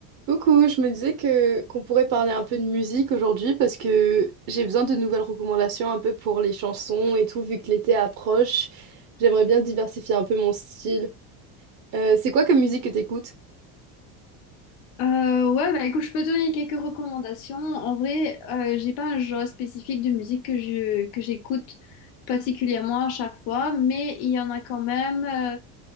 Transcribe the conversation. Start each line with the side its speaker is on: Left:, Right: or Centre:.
Right: Coucou, je me disais que qu'on pourrait parler un peu de musique aujourd'hui parce que j'ai besoin de nouvelles recommandations un peu pour les chansons et tout, vu que l'été approche. J'aimerais bien diversifier un peu mon style. Euh, c'est quoi comme musique que t'écoutes?
Left: Euh, ouais, bah écoute, je peux te donner quelques recommandations. En vrai, euh, j'ai pas un genre spécifique de musique que je que j'écoute particulièrement à chaque fois, mais il y en a quand même. euh,